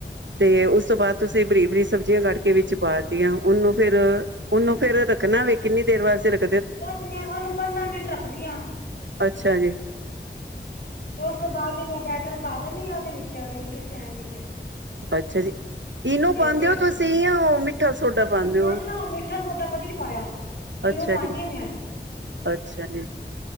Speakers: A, on the right; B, on the left.
A: ਤੇ ਉਸ ਤੋਂ ਬਾਅਦ ਤੁਸੀਂ ਬਰੀਕ-ਬਰੀਕ ਸਬਜ਼ੀਆਂ ਕੱਟ ਕੇ ਵਿੱਚ ਪਾ ਤੇ ਆ, ਉਹਨੂੰ ਫੇਰ ਉਹਨੂੰ ਫੇਰ ਰੱਖਣਾ ਵੇ, ਕਿੰਨੀ ਦੇਰ ਵਾਸਤੇ ਰੱਖ
B: ਬਸ ਮੈਂ ਉਹਨੂੰ ਪੰਦਰਾਂ ਮਿੰਟ ਰੱਖਦੀ ਆਂ,
A: ਅੱਛਾ ਜੀ
B: ਤੇ ਉਸ ਤੋਂ ਬਾਅਦ ਫਿਰ ਮੈਂ ਬੈਟਰ ਪਾ ਦਿੰਦੀ ਹਾਂ ਉਹਦੇ ਵਿੱਚ। ਚ ਇਡਲੀ ਸੈਂਡਵਿਚ।
A: ਅੱਛਾ ਜੀ, ਇਹਨੂੰ ਪਾਦੇ
B: ਫਿਰ
A: ਹੋ ਤੁਸੀਂ ਆ ਉਹ ਮਿ ਮਿੱਠਾ ਸੋਡਾ ਪਾਦੇ
B: ਨਾ
A: ਹੋ?
B: ਨਾ ਮਿੱਠਾ ਸੋਡਾ ਕਦੀ ਨਹੀਂ ਪਾਇਆ। ਇਨੋ
A: ਅੱਛਾ
B: ਪਾਉਦੀ
A: ਜੀ,
B: ਹਾਂ ਮੈਂ
A: ਅੱਛਾ ਜੀ।